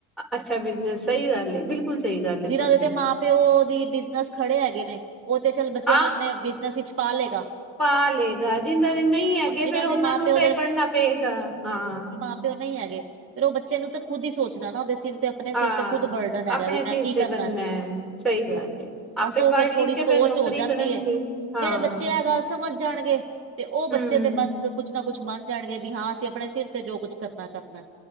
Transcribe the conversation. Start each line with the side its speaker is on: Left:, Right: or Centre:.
Centre: ਅੱਛਾ ਬਿਜਨਸ ਸਹੀ ਗੱਲ ਏ ਬਿਲਕੁਲ ਸਹੀ ਗੱਲ ਏ
Right: ਜਿਨਾਂ
Centre: ਤੁਹਾਡੀ
Right: ਦੇ ਤੇ ਮਾਂ ਪਿਓ ਦੀ ਬਿਜਨਸ ਖੜੇ ਹੈਗੇ ਨੇ ਏ ਉਹ ਤੇ ਚੱਲ ਬੱਚਿਆਂ
Centre: ਹਾਂ
Right: ਨੂੰ ਆਪਣੇ ਬਿਜਨਸ ਵਿੱਚ ਪਾਲੈਗਾ ਆ
Centre: ਪਾ ਲੈ ਏ ਗਾ ਜਿੰਨਾਂ ਦੇ ਨਹੀਂ ਹੈਗੇ
Right: ਜਿਨ੍ਹਾਂ
Centre: ਫਿਰ ਉਹਨਾਂ
Right: ਦੇ ਮਾਂ
Centre: ਨੂੰ
Right: ਪਿਓ
Centre: ਤੇ ਪੜ੍ਹਨਾ ਪੇਗਾ ਹਾ
Right: ਤੇ ਉਹ ਨਹੀਂ ਹੈਗੇ ਏ ਫਿਰ ਉਹ ਬੱਚੇ ਨੂੰ ਤਾਂ ਖੁਦ ਈ ਸੋਚਣਾ ਨਾ ਉਹਦੇ ਸਿਰ ਤੇ ਆਪਣੇ
Centre: ਹਾਂ
Right: ਸਿਰ ਤੇ ਖੁੱਦ ਬਰਡਨ ਹੈਗਾ
Centre: ਆਪਣੇ
Right: ਮੈਂ
Centre: ਸਿਰ
Right: ਕੀ
Centre: ਤੇ
Right: ਕਰਨਾ
Centre: ਬਣਨਾ
Right: ਐ
Centre: ਹੈ, ਸਹੀ ਗੱਲ ਏ ਆਪੇ
Right: ਬਸ ਉਹ
Centre: ਪੜ੍ਹ
Right: ਫਿਰ
Centre: ਲਿਖ
Right: ਥੋੜ੍ਹੀ
Centre: ਕੇ ਫੇਰ
Right: ਸੋਚ
Centre: ਨੌਕਰੀ
Right: ਹੋ ਜਾਂਦੀ
Centre: ਕਰਨਗੇ
Right: ਐ
Centre: ਹਾਂ
Right: ਜਿਹੜਾ ਬੱਚੇ ਐ ਗੱਲ ਸਮਝ ਜਾਣਗੇ ਤੇ ਉਹ ਬੱਚੇ
Centre: ਹਮ
Right: ਤੇ ਬਸ ਆ ਕੁਛ ਨਾ ਕੁਛ ਬੰਨ ਜਾਣਗੇ ਵੀ ਹਾਂ ਅਸੀਂ ਆਪਣੇ ਸਿਰ ਤੇ ਜੋ ਕੁਛ ਕਰਨਾ ਆ ਕਰਨਾ ਆ